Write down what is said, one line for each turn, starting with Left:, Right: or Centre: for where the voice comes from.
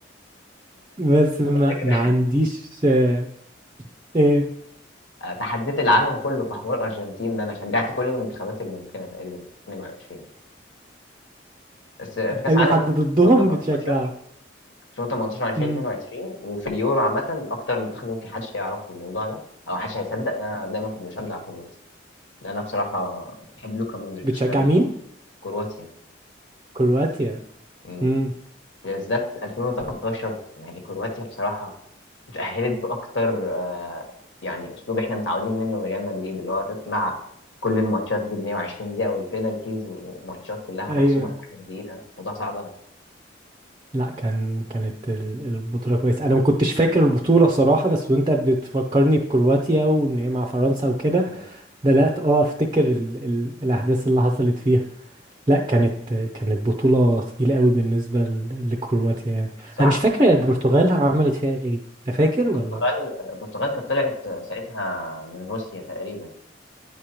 Right: بس ما
Left: والله فكرة
Right: ما عنديش آه، إيه،
Left: <laughs> آه، تحديت العالم كله في حوار الأرجنتين ده أنا شجعت كل المنتخبات الممكنة تقريبا في 22 بس آه، في كأس
Right: اي
Left: عالم
Right: حد
Left: 2018
Right: ضدهم بتشجعه
Left: 2018 2022
Right: امم
Left: وفي اليورو عامة أكتر منتخب ممكن حدش يعرف الموضوع ده أو محدش هيصدق أنا دايما كنت بشجع كروات لا، انا بصراحه بحب لوكا مودريتش
Right: بتشجع
Left: قوي
Right: مين
Left: قوي. كرواتيا
Right: كرواتيا
Left: مم.
Right: امم
Left: بالذات 2018 يعني كرواتيا بصراحه اتاهلت باكتر آه، يعني اسلوب احنا متعودين منه من ريال مدريد اللي هو تطلع كل الماتشات بال 120 دقيقه والبينالتيز وماتشات كلها
Right: ايوه
Left: محسومه في اخر دقيقه موضوع صعب
Right: لا كان كانت ال- البطولة كويسة أنا ما كنتش فاكر البطولة صراحة بس وأنت بتفكرني بكرواتيا وإن هي مع فرنسا وكده
Left: مم.
Right: بدأت أه أفتكر ال ال الأحداث اللي حصلت فيها لا كانت كانت بطولة تقيلة قوي بالنسبة ل- لكرواتيا يعني
Left: صعب
Right: أنا مش فاكر هي البرتغال عملت فيها إيه أنت فاكر ولا
Left: البرتغال البرتغال كانت طلعت ساعتها من روسيا تقريبا